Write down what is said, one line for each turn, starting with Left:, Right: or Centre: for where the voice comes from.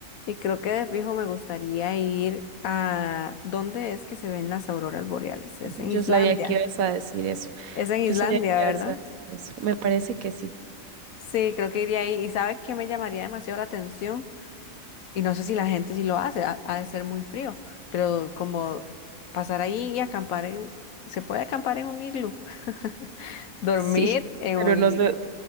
Left: y creo que de fijo me gustaría ir a... ¿Dónde es que se ven las auroras boreales? Es
Right: Yo
Left: en Islandia.
Right: sabía que ibas a decir eso.
Left: Es en Islandia,
Right: Yo sabía que
Left: ¿verdad?
Right: ibas a decir eso. Me parece que sí. <laughs>
Left: Sí, creo que iría ahí. ¿Y sabes qué me llamaría demasiado la atención? Y no sé si la gente sí lo hace, ha, ha de ser muy frío, pero como pasar ahí y acampar en... ¿Se puede acampar en un iglú? <laughs> Dormir
Right: Sí,
Left: en
Right: pero
Left: un...
Right: no se,